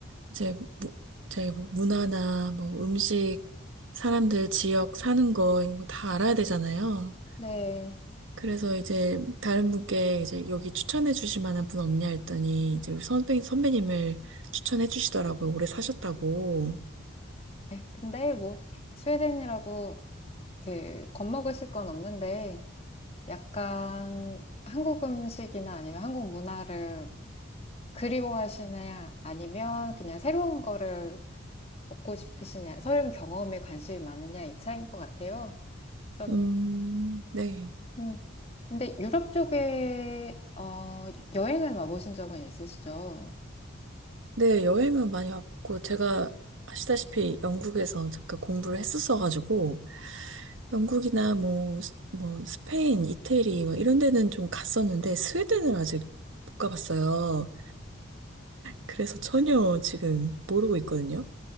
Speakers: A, on the right; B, on the left.
A: 이제, 무, 제 뭐 문화나 뭐 음식, 사람들 지역 사는 거, 이런 거 다 알아야 되잖아요.
B: 네.
A: 그래서 이제 다른 분께 이제 여기 추천해 주실 만한 분 없냐 했더니, 이제 우리 선배, 선배님을 추천해 주시더라고요. 오래 사셨다고.
B: 아이, 근데 뭐, 스웨덴이라고 그 겁먹으실 건 없는데, 약간 한국 음식이나 아니면 한국 문화를 그리워하시냐, 아니면 그냥 새로운 거를 먹고 싶으시냐, 새로운 경험에 관심이 많으냐, 이 차이인 것 같아요. 그래서
A: 음, 네.
B: 음. 근데 유럽 쪽에 어, 여행을 와보신 적은 있으시죠?
A: 네, 여행은 많이 와봤고, 제가 아시다시피 영국에서 잠깐 공부를 했었어가지고, 영국이나 뭐, 스- 뭐, 스페인, 이태리, 뭐 이런 데는 좀 갔었는데, 스웨덴은 아직 못 가봤어요. 그래서 전혀 지금 모르고 있거든요.